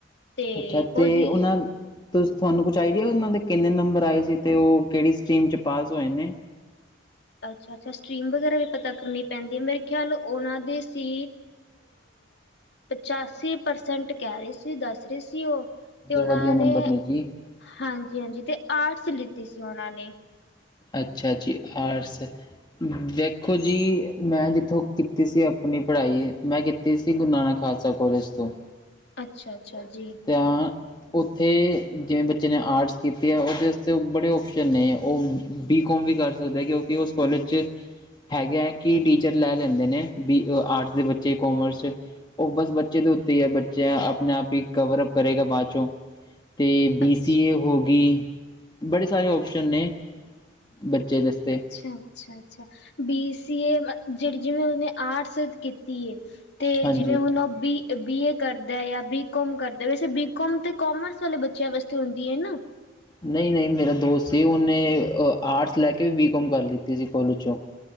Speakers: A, on the left (about 60°); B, on the left (about 20°).
A: ਤੇ
B: ਅੱਛਾ
A: ਪੋਜ਼ੀ
B: ਤੇ ਉਹਨਾਂ ਤੁਹਾਨੂੰ ਕੁਛ ਆਈਡੀਆ ਉਹਨਾਂ ਦੇ ਕਿੰਨੇ ਨੰਬਰ ਆਏ ਸੀ ਤੇ ਉਹ ਕਿਹੜੀ ਸਟਮ ਚ ਪਾਸ ਹੋਏ ਨੇ
A: ਅੱਛਾ ਅੱਛਾ ਸਟਰੀਮ ਵਗੈਰਾ ਵੀ ਪਤਾ ਕਰਨੀ ਪੈਂਦੀ ਹੈ ਮੇਰੇ ਖਿਆਲ ਉਹਨਾਂ ਦੀ ਸੀ ਪਚਾਸੀ ਪਰਸੈਂਟ ਕਹਿ ਰਹੇ ਸੀ ਦੱਸ ਰਹੇ ਸੀ ਉਹ ਤੇ ਉਹਨਾਂ
B: ਵਧੀਆ ਨੰਬਰ
A: ਨੇ
B: ਜੀ
A: ਹਾਂਜੀ ਹਾਂਜੀ ਤੇ ਆਰਟਸ ਲਿੱਤੀ ਸੀ ਉਹਨਾਂ ਨੇ
B: ਅੱਛਾ ਜੀ ਆਰਟਸ ਦੇੇਖੋ ਜੀ ਮੈਂ ਜਿੱਥੋਂ ਕੀਤੀ ਸੀ। ਆਪਣੀ ਪੜ੍ਹਾਈ ਮੈਂ ਕੀਤੀ ਸੀ ਗੁਰੂ ਨਾਨਕ ਖਾਲਸਾ ਕੋਲਜ ਤੋਂ
A: ਅੱਛਾ-ਅੱਛਾ ਜੀ
B: ਤ ਉੱਥੇ ਜਿਵੇਂ ਬੱਚੇ ਨੇ ਆਰਟਸ ਕੀਤੇ ਹੈ। ਉਹਦੇ ਵਾਸਤੇ ਬੜੇ ਓਪਸ਼ਨ ਨੇ ਉਹ ਬੀ ਕੋੌਮ ਵੀ ਕਰ ਸਕਦੇ ਕਿਉਂਕਿ ਉਸ ਕੋਾਲਜ 'ਚ ਹੈਗੇ ਹੈ ਕਿ ਟੀਚਰ ਲੈ ਲੈਂਦੇ ਨੇ ਬੀ ਆਰਟਸ ਦੇ ਬੱਚੇ ਕੋਮਰਸ ਉਹ ਬਸ ਬੱਚੇ ਦੇ ਉੱਤੇ ਹੀ ਹੈ ਬੱਚਾ ਆਪਣੇ ਆਪ ਹੀ ਕਵਰ ਅਪ ਕਰੇਗਾ ਬਾਅਦ ਚੋਂ ਅਤੇ ਬੀ
A: ਅੱਛ
B: ਸੀ ਏ ਹੋ ਗਈ। ਬੜੇ ਸਾਰੇ ਆਪਸ਼ਨ ਨੇ। ਬੱਚੇ ਦੇ ਵਾਸਤੇ
A: ਅੱਛਾ! ਅੱਛਾ! ਅੱਛਾ ਬੀ ਸੀਏ। ਜਿਹੜੀ ਜਿਵੇਂ ਉਹਨੇ ਆਰਟਸ ਕੀਤੀ ਹੈ। ਤੇ
B: ਹਾਂਜੀ
A: ਜਿਵੇਂ ਹੁਣ ਬੀ। ਬੀਏ ਕਰਦਾ ਜਾਂ ਬੀਕਮ ਕਰਦਾ ਵੈਸੇ ਬੀਕਮ ਤੇ ਕੋਮਰਸ ਵਾਲੇ ਬੱਚਿਆਂ ਵਾਸਤੇ ਹੁੰਦੀ ਹੈ ਨਾ
B: ਨਹੀਂ, ਨਹੀਂ ਮੇਰਾ ਦੋਸਤ ਸੀ ਉਹਨੇ ਆਰਟਸ ਲੈ ਕੇ ਵੀ ਬੀ ਕੋਮ ਕਰ ਲਿੱਤੀ ਸੀ ਕੋਲਜ ਚੋਂ